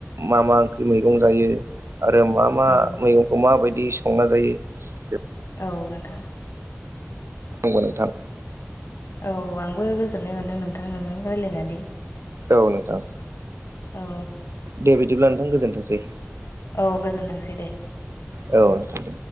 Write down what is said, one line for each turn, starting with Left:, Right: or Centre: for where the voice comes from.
Right: मा मा ओंख्रि मैगं जायो आरो मा मा
Left: औ
Right: मैगंखौ माबायदि संना जायो? बे
Left: औ नोंथां
Right: बुंबो नोंथां
Left: औ आंबो गोजोननाय मोन्दों नोंथां। नोंजों रायज्लायनानै
Right: औ नोंथां
Left: औ
Right: दे बिदिब्ला नोंथां गोजोनथोंसै
Left: औ गोजोनथोंसै दे
Right: औ नोंथां दे